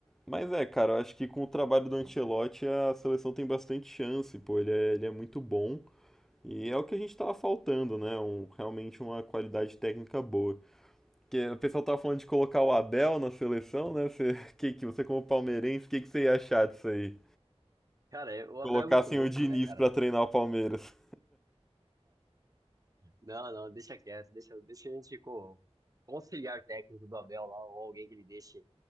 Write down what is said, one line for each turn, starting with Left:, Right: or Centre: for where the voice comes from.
Centre: mas é, cara, eu acho que com o trabalho do Ancelotti a seleção tem bastante chance, pô. Ele é, ele é muito bom e é o que a gente tava faltando, né? Um, realmente uma qualidade técnica boa. Que o pessoal tava falando de colocar o Abel na seleção, né? Você, <laughs> que, que você como palmeirense, o que, que você ia achar disso aí?
Right: cara, é- o
Centre: Colocassem
Right: Abel é muito louco,
Centre: o Diniz
Right: né, cara?
Centre: pra treinar o Palmeiras.
Right: Não, não, deixa quieto, deixa, deixa a gente co- com o auxiliar técnico do Abel lá, ou alguém que ele deixe